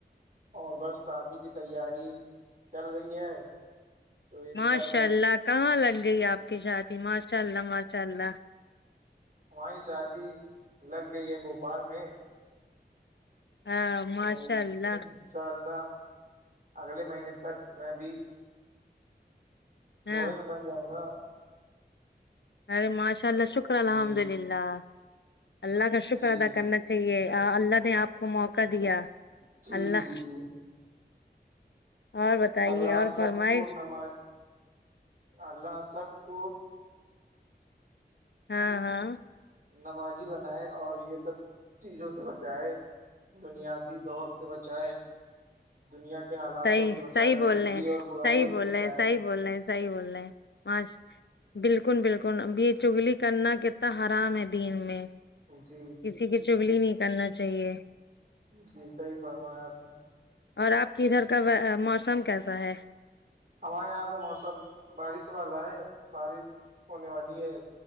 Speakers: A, on the right (about 50°); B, on the left (about 85°).
A: اور بس شادی کی تیاری چل رہی ہے تو انشاء
B: ماشاء اللہ کہاں لگ گئی آپ کی شادی ماشاء اللہ ماشاء اللہ
A: ہماری شادی لگ گئی ہے بھوپال میں
B: ہاں ماشاء
A: تو
B: اللہ
A: انشاء اللہ اگلے مہینے تک میں بھی جوڑے
B: ہاں
A: میں بن جاؤں گا
B: ارے ماشاء اللہ شکر الحمد
A: جی
B: للہ اللہ کا شکر
A: جی جی
B: ادا کن چاہیے اللہ نے آپ کو موقع دیا
A: جی
B: اللہ
A: جی جی
B: اور بتائیے
A: اللہم
B: اور فرمائے
A: سب کو نماز اللہم سب کو
B: ہاں ہاں
A: نمازی بنائے اور یہ سب چیزوں سے بچائے بنیادی دور سے بچائے دنیا کے حالاتوں
B: صحیح
A: سے بچائے
B: صحیح بول
A: چگلی
B: رہے ہیں
A: اور برائیوں
B: صحیح بول
A: سے بچائے
B: رہے ہیں صحیح بول رہے ہے صحیح بول رہ ہے مش بالکل بالکل اب یہ چگلی کرنا کتنا حرام ہے دین میں
A: جی
B: کسی کی چگلی نہیں کرنا چاہیے
A: جی صحیح پڑھناا ہے آپ نے
B: اور آپ کی ادھر کا موسم کیسا ہے
A: ہمارے یہاں کا موسم بارش والا ہے بارش ہونے والی ہے